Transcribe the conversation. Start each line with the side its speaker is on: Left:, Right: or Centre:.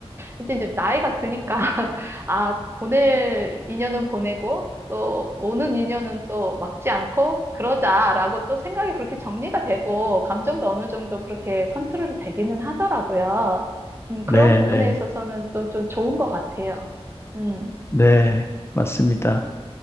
Right: 이제 이제 나이가 드니까 <laughs> 아, 보낼 인연은 보내고 또 오는 인연은 또 막지 않고 그러자라고 또 생각이 그렇게 정리가 되고 감정도 어느 정도 그렇게 컨트롤이 되기는 하더라고요. 음,
Left: 네,
Right: 그런 부분에
Left: 네,
Right: 있어서는 또 좀 좋은 것 같아요. 음,
Left: 네, 맞습니다.